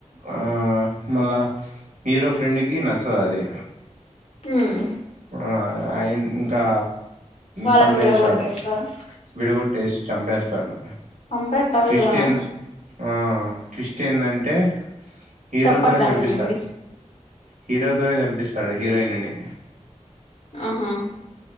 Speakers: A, on the right; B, on the left.
A: ఆ మళ్ళా హీరో ఫ్రెండ్ కి నచ్చదు అది.
B: మ్హ్
A: ఆ ఆయన ఇంకా
B: వాళ్ళని
A: చంపేశాడు.
B: విడగొట్టేస్తారు
A: విడగొట్టేసి చంపేస్తాడు.
B: చంపేస్తారు
A: ట్విస్ట్
B: కూడానా
A: ఏదంటే ఆ ట్విస్ట్ ఏందంటే హీరోతోనే
B: చెప్పద్దండిలేండి
A: చంపిస్తాడు హీరోతోనే చంపిస్తాడు హీరోయిన్ ని.
B: ఆహా!